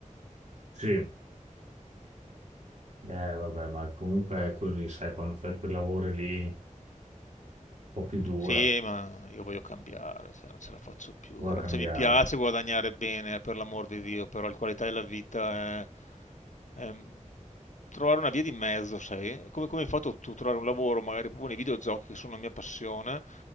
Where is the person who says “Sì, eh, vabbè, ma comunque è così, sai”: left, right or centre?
Right